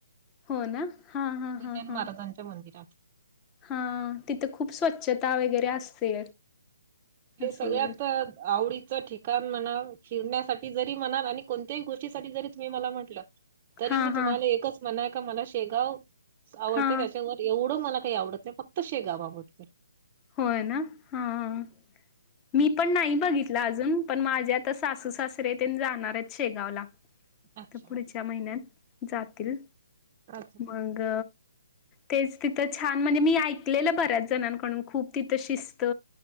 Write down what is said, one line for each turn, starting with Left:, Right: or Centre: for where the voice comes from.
Left: हो ना हा हा
Right: ग
Left: हा
Right: जैन
Left: हा
Right: महाराजांच्या मंदिरात.
Left: हा तिथं खूप स्वच्छता वगैरे असते.
Right: हे
Left: असं
Right: सगळ्यात आवडीचं ठिकाण म्हणा फिरण्यासाठी जरी म्हणा आणि- कोणत्याही गोष्टीसाठी‌ जरी तुम्ही मला म्हटलं, तरी
Left: हा
Right: मी
Left: हा
Right: तुम्हाला एकच म्हणाय का मला शेगाव- आवडते
Left: हा
Right: त्याच्यावर एवढं मला काही आवडत नाही फक्त शेगाव आवडते.
Left: होय ना! हा, हा.. मी पण नाही बघितलं अजून पण माझे आता सासू सासरे ते जाणार आहेत शेगावला.
Right: अच्छा
Left: तर पुढेच्या महिन्यात जातील.
Right: अच्छा
Left: मग- तेच तिथं छान म्हणजे मी ऐकलेलं बऱ्याच जणांकडून खूप तिथं शिस्त-